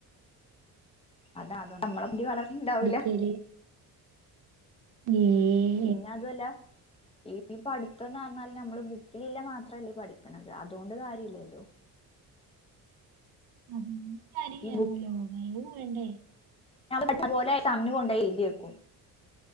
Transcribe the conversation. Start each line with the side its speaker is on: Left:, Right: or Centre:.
Left: അതാ അതോണ്ട് നമ്മളെ ബുദ്ധി വളർന്നിട്ട് ഉണ്ടാവൂല്ല
Right: ശരി ഏഹ്
Left: പിന്നെ അതുമല്ല ഈ ഈ പഠിത്തംന്ന് പറഞ്ഞാല് നമ്മള് ബുക്കിലില്ല മാത്രമല്ലേ പഠിക്കുന്നത് അതുകൊണ്ട് കാര്യമില്ലല്ലോ
Right: <unintelligible>
Left: ഈ
Right: വേണ്ടേ
Left: ഞാൻ പെട്ട പോലെ കമ്മി കൊണ്ടോയെഴുതി വെക്കും